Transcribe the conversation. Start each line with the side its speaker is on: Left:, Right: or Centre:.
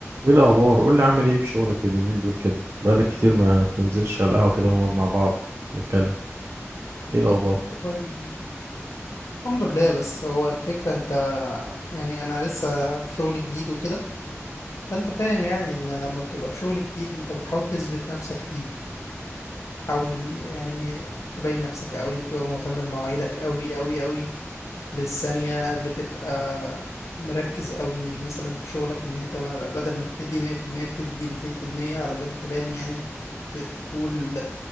Right: ايه الاخبار قول لي عامل ايه في شغلك اليومين دول كده بقالك كتير ما بتنزلش على القهوه كده ونقعد مع بعض نتكلم ايه الاخبار
Left: وال- الحمد لله بس هو الفكرة انت يعني انا لسه في شغل جديد وكده فانت فاهم يعني ان لما بتبقى في شغل جديد انت بتحاول تثبت نفسك فيه تحاول يعني تبين نفسك قوي بتبقى مهتم بمواعيدك قوي قوي قوي بالثانية بتبقى مركز قوي مثلا في شغلك ان انت بدل ما بتدي 100% بتدي 200% علشان تبان يعني وت- ت- تقول